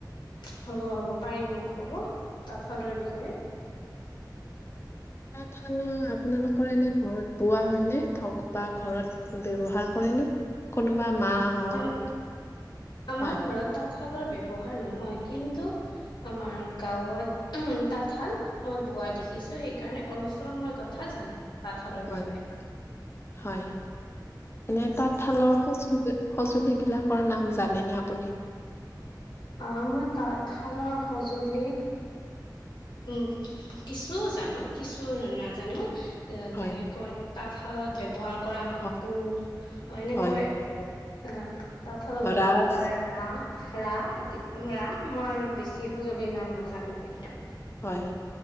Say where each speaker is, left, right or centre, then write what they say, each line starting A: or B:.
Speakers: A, on the left (about 80°); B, on the left (about 35°).
A: হ'ব হ'ব পাৰিম মই কব। তাঁতশালৰ
B: হয়
A: বিষয়ে।
B: থানা, আপোনালোকৰ এনে ঘৰত বোৱা হয় নে ধক বা ঘৰত ব্যৱহাৰ কৰেনে কোনোবা মা হওক
A: আম আমাৰ
B: হয়
A: ঘৰত তাঁত তাঁতশালৰ ব্যৱহাৰ নহয়, কিন্তু আমাৰ গাঁৱত, তাঁতশাল মই বোৱা দেখিছোঁ, সেইকাৰণে অলপ চলপ মই কথা জানো। তাঁতশালৰ
B: হয়
A: বিষয়ে
B: হয়, হয়, এনেই তাঁতশালৰ <unintelligible> সঁজুলি বিলাকৰ নাম জানেনে আপুনি?
A: অ' মই তাঁতশালৰ সঁজুলি উম, কিছু জানো, কিছু নাজানো
B: হয়
A: যেনেকৈ তাঁতশালত ব্যৱহাৰ কৰা মাকো,
B: হয়
A: অ' এনেকৈ
B: হয়
A: হা, তাঁতশালত ব্যৱহাৰ
B: ৰাচ
A: কৰে ৰা ৰা আদি ৰা, মই আৰু বেছি সঁজুলিৰ নাম নাজানো কিন্তু।
B: হয়,